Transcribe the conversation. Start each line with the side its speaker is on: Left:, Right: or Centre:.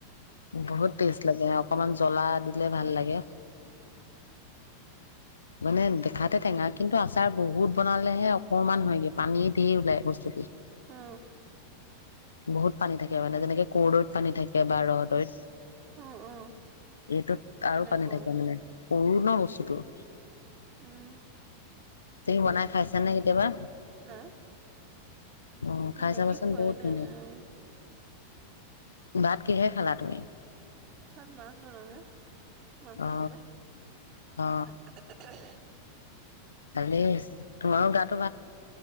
Left: বহুত টেষ্টি লাগে অকমান জ্বলা দিলে ভাল লাগে মানে দেখাতে টেঙা কিন্তু আচাৰ বহুত বনালেহে অকণমান হয়গে পানী ধেৰ ওলাই বস্তু
Right: অ
Left: <unintelligible> বহুত পানী থাকে মানে যেনেকে কৰদৈত পানী থাকে বা ৰ'দ <unintelligible>
Right: অ অ
Left: এইটোত আৰু
Right: তেনেকুৱা
Left: পানী থাকে মানে সৰু ন বস্তু টো <inaudible>
Right: উম
Left: তুমি বনাই খাইছা নে কেতিয়াবা
Right: নাই
Left: অ
Right: বিলামি
Left: খাই চাবাচোন
Right: কৰা
Left: বহুত ধুনীয়া।
Right: নাই অ
Left: ভাত কিহে খালা তুমি
Right: তাত মাছ বনালে মাছ
Left: অ
Right: আছিলে
Left: অ
Right: <unintelligible>
Left: ভালেই তোমাৰো গাত